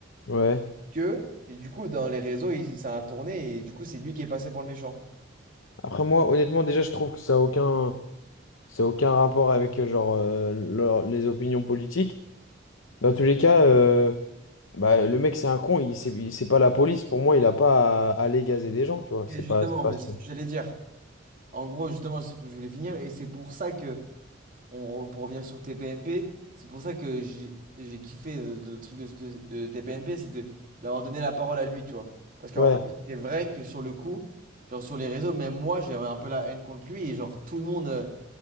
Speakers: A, on the left (about 80°); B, on the right (about 45°).
A: ouais.
B: que et du coup dans les réseaux il, ça a tourné et du coup c'est lui qui est passé pour le méchant
A: Après, moi, honnêtement, déjà, je trouve que ça a aucun, ça a aucun rapport avec euh, genre, euh, leur- les opinions politiques. Dans tous les cas, euh, bah, le mec, c'est un con. Il, c'est, il- c'est pas la police. Pour moi, il a pas à, à aller gazer des gens, tu vois.
B: Ok,
A: C'est
B: justement
A: pas, c'est pas
B: mais
A: son.
B: c'est ce que j'allais dire en gros justement c'est ce que je voulais finir et c'est pour ça que on re- pour revenir sur TPMP, c'est pour ça que j'ai j'ai kiffé euh, le truc de, de, de TPMP, c'est de d'avoir donné la parole à lui, tu vois. Parce qu'en
A: Ouais,
B: vrai, c'est vrai que sur le coup, genre sur les réseaux, même moi, j'avais un peu la haine contre lui et genre tout le monde euh,